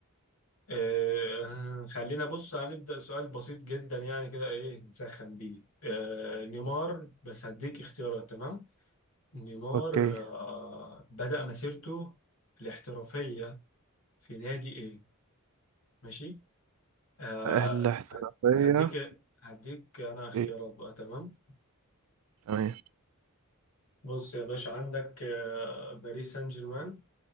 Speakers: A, on the left (about 75°); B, on the right (about 70°).
A: آه خلينا بص هنبدأ سؤال بسيط جدا يعني كده ايه نسخن بيه آه نيمار بس هديك اختيارات تمام نيمار
B: أوكي
A: آه بدأ مسيرته الاحترافية في نادي ايه ماشي آه
B: أهل الاحترافية
A: ه- هديك هديك انا اختيارات
B: أوكي
A: بقى تمام
B: تمام
A: بص يا باشا عندك آه باريس سان جيرمان